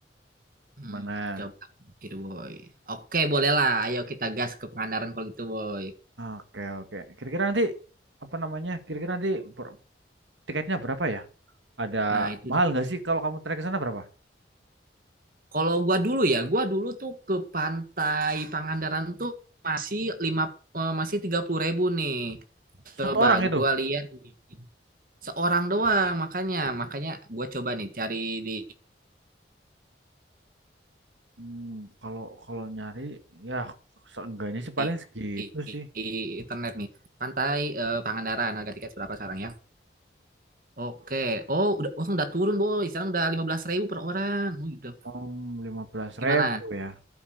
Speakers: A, on the right; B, on the right.
A: hmm.
B: Gimana?
A: Coba pikir, boy. Oke, bolehlah. Ayo kita gas ke Pangandaran kalau gitu, boy.
B: Oke, oke. Kira-kira nanti apa namanya? Kira-kira nanti per- Tiketnya berapa ya? Ada
A: Nah, itu
B: mahal nggak sih kalau kamu trek ke sana berapa?
A: kalau gua dulu ya, gua dulu tuh ke pantai Pangandaran tuh masih lima eh, masih tiga puluh ribu nih.
B: Satu
A: Coba
B: orang itu.
A: gua lihat nih. seorang doang makanya makanya gua coba nih cari di,
B: Hmm, kalau kalau nyari ya seenggaknya sih
A: di-
B: paling segitu
A: di-
B: sih.
A: di internet nih. Pantai eh, Pangandaran harga tiket berapa sekarang ya? Oke. Oh, udah langsung udah turun, Boy. Sekarang udah 15.000 per orang. Wih, udah
B: Om lima belas
A: gimana?
B: ribu ya.